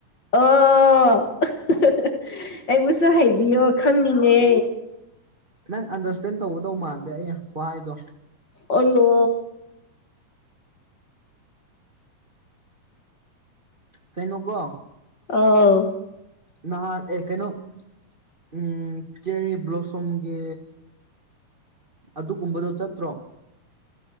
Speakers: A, on the left (about 40°); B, on the right (about 40°).
A: ꯑꯣ ꯑꯍꯥ ꯑꯍꯥ ꯑꯩꯕꯨꯁꯨ ꯍꯥꯏꯕꯤꯌꯣ ꯈꯪꯅꯤꯡꯉꯦ꯫
B: ꯅꯪ ꯑꯟꯗꯔꯁꯇꯦꯟ ꯇꯧꯒꯗꯧ ꯃꯥꯟꯗꯦ ꯑꯩꯩꯅ ꯈꯨ ꯍꯥꯏꯗꯣ꯫
A: ꯑꯣꯌꯌꯣ
B: ꯀꯩꯅꯣ ꯀꯣ
A: ꯑꯥꯎ
B: ꯅꯍꯥꯟ ꯑꯦ ꯀꯩꯅꯣ꯫ ꯎꯝ ꯆꯦꯔꯤ ꯕ꯭ꯂꯣꯁꯨꯝꯒꯤ ꯑꯗꯨꯒꯨꯝꯕꯗꯣ ꯆꯠꯇ꯭ꯔꯣ